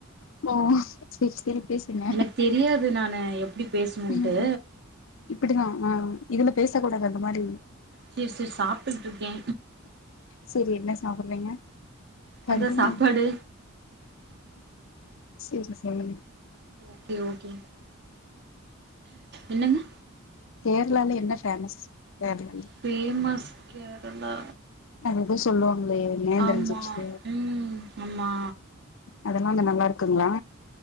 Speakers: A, on the left; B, on the right.
A: ஓ சேர் சேரி பேசுங்க
B: எனக்கு தெரியாது நானு எப்டி பேசுணுன்ட்டு
A: ம் இப்டிதா ஆ இதுல பேசக் கூடாது அந்த மாரி
B: செர் செரி சாப்ட்டுகிட்ருக்கே
A: சேரி என்ன சாப்புறீங்க கஞ்சி
B: அதா
A: மீனு
B: சாப்பாடு
A: செரி செரிங்க
B: ஓகே ஓகே என்னங்க
A: கேர்ளால என்ன ஃபேமஸ் கேரளால
B: ஃபேமஸ் கேரளா
A: அது எதோ சொல்வாங்களே நேந்தரோஞ்சிப்ஸ்
B: ஆமா ம் ஆமா
A: அதெல்லா அங்க நல்லாருக்குங்ளா